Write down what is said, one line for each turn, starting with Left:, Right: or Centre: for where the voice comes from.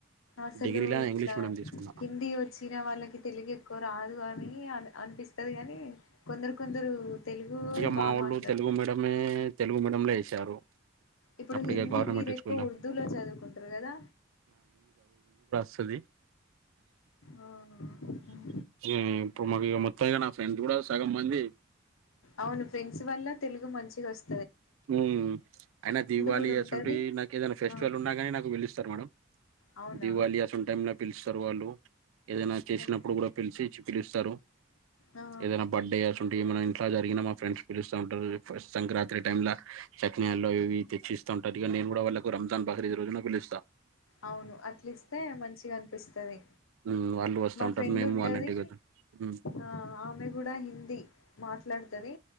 Left: అసలు
Right: డిగ్రీలా
Left: ఇట్లా
Right: ఇంగ్లీష్ మీడియం తీసుకున్నా
Left: హిందీ వచ్చిన వాళ్ళకి తెలుగు ఎక్కువ రా కానీ అ అనిపిస్తుది కాని కొందరు కొందరు తెలుగు
Right: ఇక
Left: యే బా
Right: మా వోళ్ళు
Left: మాట్లాడతారు
Right: తెలుగు మీడియమే తెలుగు మీడియంలో ఏశారు
Left: ఇప్పుడు
Right: అప్పుడు
Left: హిందీ
Right: ఇక గవర్నమెంట్
Left: మీరు ఎక్కువ
Right: స్కూల్లో
Left: ఉర్దూలో చదువుకుంటరు కదా
Right: సది
Left: ఆ! హ్మ్.
Right: ఈ ఎప్పుడు ఇగ మొ పైగా నా ఫ్రెండ్స్ కూడా సగ్గం మంది
Left: అవును ఫ్రెండ్స్ వల్ల తెలుగు మంచిగా వస్
Right: హ్మ్ అయినా దివాళి
Left: గూడా ఉంటది.
Right: అసువంటి నాకు ఏదైనా ఫెస్టివల్
Left: ఆ!
Right: ఉన్నాగాని నాకు పిలుస్తారు మేడం
Left: అవునా
Right: దివాళి అసువంటి టైమ్ లో పిలుస్తారు వాళ్ళు ఏదైనా చేసినప్పుడు
Left: మన్
Right: కూడా పిలిచి పిలుస్తారు
Left: ఆ
Right: ఏదైనా బర్త్డే అసువంటి ఉంటే మనం ఇంట్లా జరిగినా మా ఫ్రెండ్స్ పిలుస్తా ఉంటారు ఫస్ట్ సంక్రాంతి టైం లా చెక్కినాళ్ళు అవి ఇవి తెచ్చి ఇస్తాంటారు ఇగ నేను కూడా వాళ్ళకు రంజాన్ బక్రీద్ రోజున పిలుస్తా
Left: అవును అట్ల ఇస్తే మంచిగా అనిపిస్తది
Right: హ్మ్ వాళ్ళు వస్తాంటారు
Left: మా ఫ్రెండ్
Right: మేము
Left: ఉంటది
Right: వాళ్ళ ఇంటి దెగ్గర హ్మ్
Left: ఆ ఆమె కూడా హిందీ మాట్లాడుతది